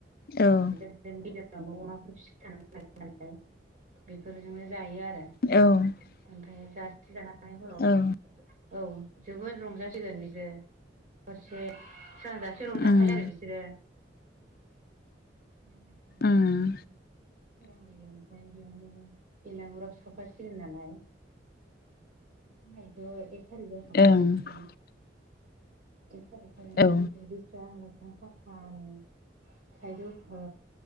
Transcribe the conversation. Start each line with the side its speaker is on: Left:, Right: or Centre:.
Left: औ
Right: बिनो गेजेरावनो अमाफोर फिसिखानानै लायो नालाय बेफोरजोंनो जायो आरो।
Left: औ
Right: ओमफ्राय जसे जानानै हराव
Left: औ
Right: औ जोबोद रंजासिगोन बिसोरो हरसे सोरांजासे रंजाखायो
Left: उम
Right: आरो बिसोरो। सोरांजासिम रंजानानै
Left: उम
Right: सोरांनायजों ओमफाय बेयावनो बेलाांगुराबो सावखाासिगोन नालाय। अखानायैथ' एक टारिख जाखाबाय
Left: ओं
Right: नालाय नोंथां एक थारिकखालि
Left: औ
Right: दुगैस्रांं लोबस्रां साफानो थाइजौ ओ